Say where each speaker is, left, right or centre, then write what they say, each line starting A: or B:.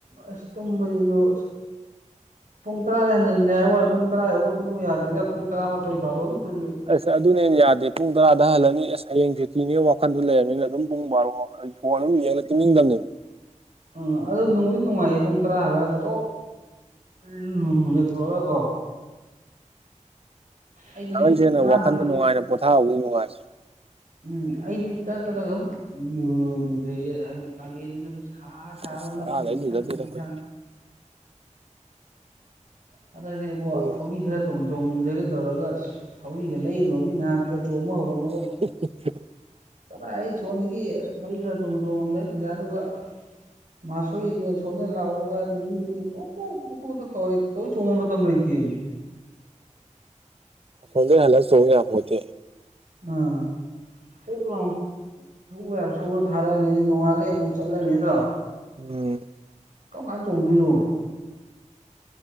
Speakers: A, on the right; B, on the right.
A: ꯑꯁ ꯇꯨꯝꯕꯁꯤꯁꯨ ꯄꯨꯡ ꯇꯔꯥꯗꯤ ꯍꯟꯖꯤꯟꯂ ꯍꯥꯏꯕ ꯋꯥꯅꯤ ꯄꯨꯡ ꯇꯔꯥ ꯌꯧꯛ ꯇꯨꯝꯕ ꯌꯥꯗꯅ ꯄꯨꯡ ꯇꯔꯥꯃꯊꯣꯏ ꯕꯥꯔꯣ ꯑꯗꯨꯝ ꯇꯨꯝꯃꯤ
B: ꯑꯁ ꯑꯗꯨꯅꯦ ꯌꯥꯗꯦ ꯄꯨꯡ ꯇꯔꯥꯗ ꯍꯜꯂꯅꯤ ꯑꯁ ꯍꯌꯦꯡ ꯁꯨꯇꯤꯅꯦ ꯋꯥꯈꯟꯗꯨ ꯂꯩꯔꯕꯅꯤꯅ ꯑꯗꯨꯝ ꯄꯨꯡ ꯕꯥꯔꯣ ꯐꯣꯟ ꯌꯦꯂ ꯇꯨꯝꯅꯤꯡꯗꯝꯅꯤ
A: ꯎꯥ ꯑꯗꯨ ꯅꯣꯡꯗꯤ ꯅꯨꯡꯉꯥꯏꯌꯦ ꯄꯨꯡ ꯇꯔꯥ ꯍꯜꯂꯒ ꯏꯔꯨ ꯌꯊꯣꯛꯑꯒ ꯀꯣ ꯑꯩꯗꯤ
B: ꯊꯉꯩꯁꯦꯡꯅ
A: ꯁꯨꯝ ꯉꯔꯥꯡ
B: ꯋꯥꯈꯟꯗ
A: ꯆꯠꯂꯤ
B: ꯅꯨꯡꯉꯥꯏꯅ ꯄꯣꯊꯥꯍꯧꯕꯒꯤ ꯅꯨꯡꯉꯥꯏ
A: ꯎꯝ ꯑꯩꯗꯤ ꯇꯠ ꯇꯠꯂꯒꯨꯖꯩꯌꯦ ꯍꯥꯏꯗꯤ ꯀꯥꯂꯦꯟꯅꯤꯅ ꯁꯥ <unintelligible>
B: ꯑꯁ ꯇꯔꯥꯗꯩ
A: ꯅꯞꯀ ꯅꯞꯁꯟꯕꯒ
B: ꯂꯨꯖꯗꯦꯗ ꯑꯩꯈꯣꯏꯗꯤ
A: ꯍꯗꯛꯁꯦꯕꯣ
B: ꯄꯨꯡ
A: ꯊꯧꯔꯤ ꯈꯔ ꯆꯣꯡ ꯆꯣꯡꯖꯒꯦ ꯇꯧꯔꯒ ꯊꯧꯔꯤꯒ ꯂꯩꯔꯨꯕ ꯃꯤ ꯅꯍꯥꯟ ꯈꯔ ꯆꯣꯡꯕ ꯍꯧꯔꯝꯃꯒ
B: <unintelligible> <inaudible>
A: ꯈꯔ ꯑꯩ ꯁꯣꯟꯗꯒꯤ ꯑꯩꯏ ꯈꯔ ꯆꯣꯡ ꯆꯣꯡꯉꯝꯗꯥꯏ ꯇꯖꯥ ꯑꯗꯨꯒ ꯃꯥꯁꯣꯏ ꯑꯗꯨꯅ ꯁꯣꯗꯅ ꯂꯥꯛꯑꯣꯒ ꯅꯨꯃꯤꯅꯤ <unintelligible> ꯊꯧꯔꯤ ꯆꫭꯡ ꯃꯇꯝ ꯂꯩꯇꯃꯤ
B: ꯑꯁꯣꯝꯗ ꯍꯜꯂꯛꯑꯥ ꯌꯥꯄꯣꯟꯇꯦ
A: ꯎꯝ ꯄꯨꯂꯞ ꯂꯥꯎ ꯁꯨꯕ ꯌꯥꯕ ꯁꯨꯔ ꯊꯥꯔꯛꯑꯅꯤ ꯑꯗꯩ ꯅꯣꯡꯉꯥꯂꯦ ꯑꯃꯨꯛ ꯆꯠꯂꯅꯤ ꯅꯠꯇ꯭ꯔꯣ
B: ꯎꯝ
A: ꯀꯝ ꯀꯥꯟ ꯆꫭꯡꯗꯣꯏꯅꯣꯕ